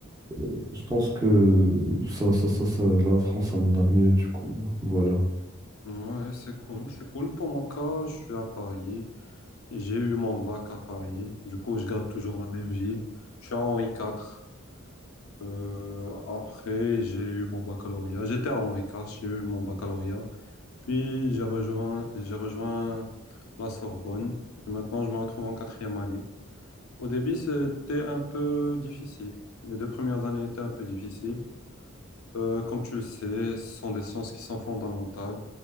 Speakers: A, on the right; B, on the left.
A: Euh, Je pense que ça, ça, ça, ça, la France, ça me va mieux, du coup. Voilà.
B: Ouais, c'est cool, c'est cool. Pour mon cas, je suis à Paris. J'ai eu mon bac à Paris. Du coup, je garde toujours la même ville. Je suis à Henri IV. Euh, après, j'ai eu mon baccalauréat. J'étais à Henri IV, j'ai eu mon baccalauréat. Puis, j'ai rejoint, j'ai rejoint la Sorbonne. Et maintenant, je me retrouve en quatrième année. Au début, c'était un peu difficile. Les deux premières années étaient un peu difficiles. Euh, comme tu le sais, ce sont des sciences qui sont fondamentales.